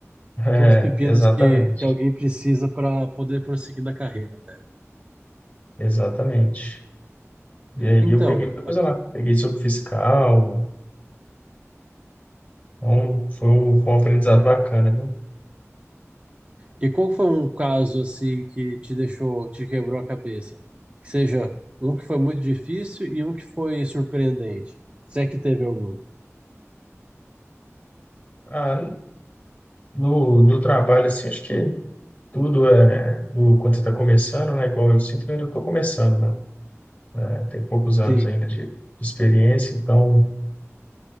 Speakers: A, on the left; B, on the right.
A: É,
B: todos os pepinos
A: exatamente,
B: que, que alguém precisa para poder prosseguir na carreira, né?
A: exatamente. E aí
B: Então,
A: eu peguei muita coisa lá. Peguei sobre fiscal, então foi um, foi um aprendizado bacana, viu?
B: E qual foi um caso assim que te deixou, te quebrou a cabeça? Que seja um que foi muito difícil e um que foi surpreendente. Se é que teve algum.
A: Ah, no, no trabalho, assim, acho que tudo é do, quando você está começando, né? Igual eu sinto que eu ainda estou começando, né? É, Tem poucos anos
B: Sim.
A: ainda de, de experiência, então